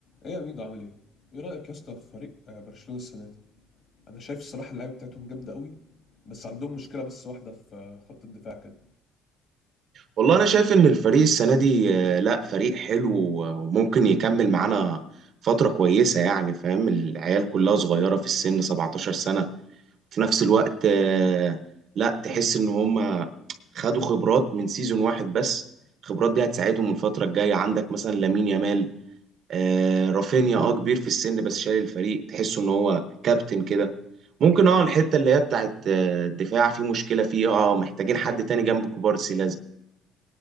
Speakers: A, on the left; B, on the right.
A: ايه يا ميدو عامل ايه؟ ايه رأيك يا اسطى في فريق آه، برشلونة السنة دي؟ انا شايف الصراحة اللعيبة بتاعتهم جامدة قوي بس عندهم مشكلة بس واحدة في آه، خط الدفاع كده.
B: والله انا شايف ان الفريق السنه دي آه، لا فريق حلو وممكن يكمل معانا فتره كويسه يعني فاهم العيال كلها صغيره في السن 17 سنه في نفس الوقت آه، لا تحس ان هم خدوا خبرات من سيزون واحد بس الخبرات دي هتساعدهم الفتره الجايه عندك مثلا لامين يامال آه، رافينيا اه كبير في السن بس شايل الفريق تحسه ان هو كابتن كده ممكن اه الحته اللي هي بتاعت آه، الدفاع في مشكله فيه اه محتاجين حد تاني جنب كوبارسي